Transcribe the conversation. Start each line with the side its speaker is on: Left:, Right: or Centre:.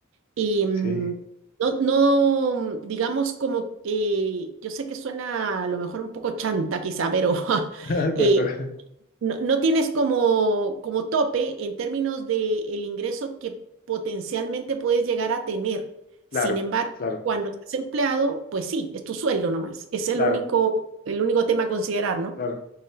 Right: Y mm,
Left: sí.
Right: no, no, digamos como que, yo sé que suena a lo mejor un poco chanta quizá, pero <laughs>
Left: <laughs>
Right: eh,
Left: Cuenta,
Right: no, no tienes como, como tope en términos de el ingreso que potencialmente puedes llegar a tener.
Left: claro,
Right: Sin embargo,
Left: claro,
Right: cuando estás empleado, pues sí, es tu sueldo nomás. Es el
Left: claro,
Right: único, el único tema a considerar, ¿no?
Left: claro.